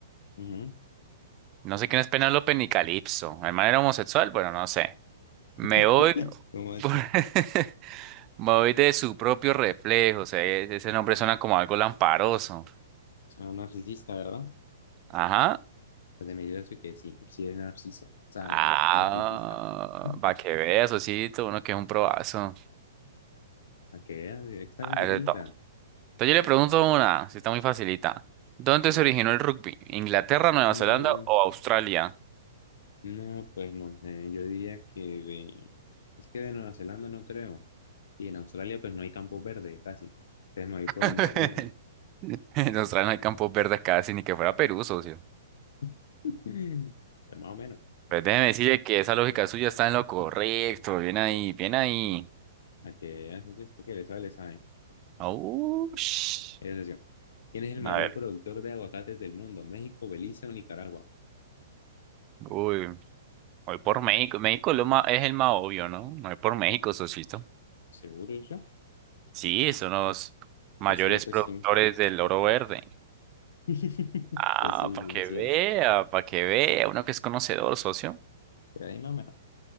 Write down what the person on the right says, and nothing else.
No sé quién es Penélope ni Calipso. ¿El man era homosexual? Bueno, no sé. Me
voy
por- <laughs> Me voy de su propio reflejo. O sea, e- ese nombre suena como algo lamparoso.
Ajá.
Ah,
para que veas, Osito, uno que es un probazo.
A
ver, Entonces yo le pregunto una, si está muy facilita. ¿Dónde se originó el rugby? ¿Inglaterra, Nueva
Zelanda o Australia?
<laughs>
En Australia no hay campos verdes casi, ni que fuera Perú, socio.
Pues déjeme decirle que esa lógica suya está en lo correcto. Bien ahí, bien ahí.
Aush.
A ver,
uy, voy por México. México es, lo ma- es el más obvio, ¿no? Voy por México, socito.
Sí, son los mayores
productores
del oro verde.
Ah,
para
que
vea,
para que vea, uno que es conocedor, socio.